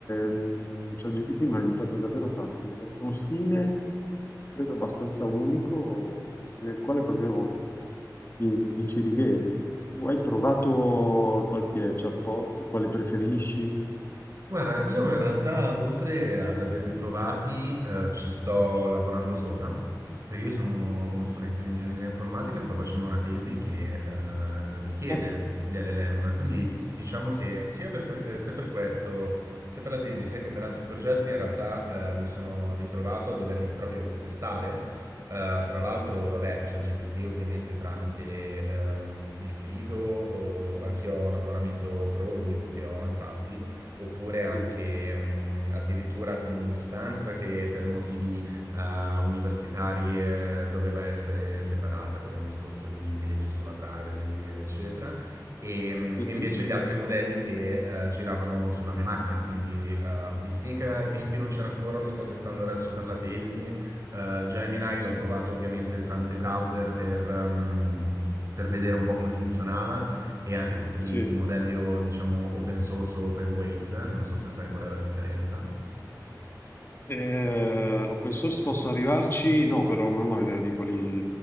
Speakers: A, on the left (about 35°); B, on the right (about 45°).
A: mhmm, ChatGPT mi ha aiutato davvero tanto, mi ha dato uno stile, credo abbastanza unico, nel quale proprio mi mi ci rivedo. Tu hai provato qualche chatbot? Quale preferisci?
B: Guarda, io in realtà oltre ad averli provati, eh, ci sto lavorando sopra, perché io sono uno, uno studente di ingegneria informatica e sto facendo una tesi che eh, richiede
A: Oh.
B: gli LLM, quindi diciamo che sia per, que- eh, sia per questo, sia per la tesi, sia che per altri progetti, in realtà eh, mi sono ritrovato a doverli proprio testare. Eh, tra l'altro, vabbè, c'è GPT ovviamente tramite ehm, il sito, o anch'io ho un abbonamento pro, l'unico che ho, infatti oppure
A: Sì.
B: anche mh, addirittura con un'istanza che per motivi eh, universitari eh, doveva essere separata per un discorso di, di legge sulla privacy, eccetera. E, mh,
A: Mh-mh.
B: e invece gli altri modelli che eh, giravano sulla mia macchina, quindi eh, DeepSeek ai tempi non c'era ancora, lo sto testando adesso per la tesi. Eh, Gemini
A: Sì,
B: l'ho provato ovviamente tramite browser per, ehm, per vedere un po' come funzionava e anche tutti
A: sì.
B: i modelli o diciamo open source o open weights, eh, che non so se sai qual è la differenza.
A: Ehm, open source posso arrivarci? No, però non ho idea di quali